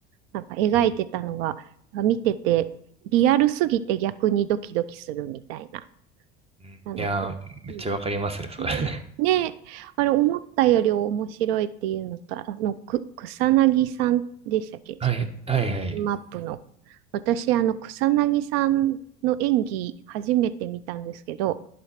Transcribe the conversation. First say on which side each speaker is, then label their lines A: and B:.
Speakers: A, on the right; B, on the right.
A: なんか描いてたのが、
B: うん
A: 見てて、リアルすぎて逆にドキドキするみたいな、
B: うんいやー、
A: あの、
B: めっちゃわかりますね、
A: うん
B: それ。
A: ねねあれ、
B: <laughs>
A: 思ったより面白いっていうのと、あの、く、草薙さんでしたっけ
B: はい、はい、はい、
A: マップの。私、あの、草薙さんの演技、初めて見たんですけど、